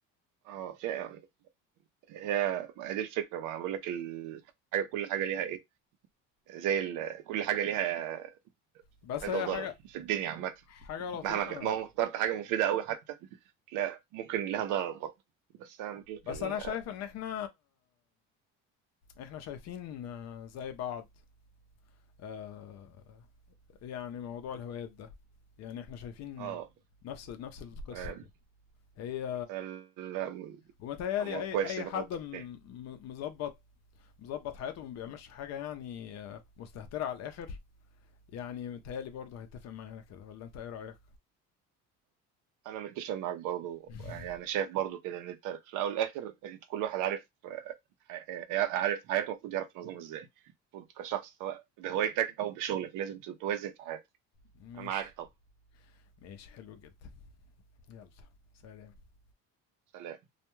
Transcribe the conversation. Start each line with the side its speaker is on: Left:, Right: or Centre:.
Right: اه فعلا هي ما دي الفكرة ما بقول لك الحاجة كل حاجة ليها إيه زي ال... كل حاجة ليها
Left: بس
Right: فايدة
Left: هي
Right: وضرر
Left: حاجة
Right: في الدنيا عامة
Left: حاجة لطيفة
Right: مهما ك... مهما اخترت حاجة مفيدة أوي حتى لا ممكن لها ضرر برضه بس أنا بقول لك
Left: بس
Right: ال...
Left: انا شايف ان احنا احنا شايفين آه، زي بعض آه، يعني موضوع الهوايات ده يعني احنا شايفين
Right: اه
Left: نفس نفس القصة
Right: أنا...
Left: كده هي
Right: أنا... لا،
Left: ومتهيألي
Right: م-
Left: أي
Right: كويس
Left: أي
Right: إن
Left: حد
Right: احنا متفقين
Left: م- م- مظبط مظبط حياته وما بيعملش حاجة يعني آه، مستهترة على الآخر يعني متهيألي برضه هيتفق معانا كده ولا أنت إيه رأيك؟
Right: انا متفق معاك برضو
Left: <laughs>
Right: يعني انا شايف برضو كده ان انت في الاول والاخر انت كل واحد عارف آه، حي- آه، عارف حياته المفروض يعرف ينظمها ازاي المفروض كشخص سواء بهوايتك او بشغلك لازم توازن في حياتك
Left: ماشي
Right: انا معاك طبعا
Left: ماشي حلو جدا يلا سلام
Right: سلام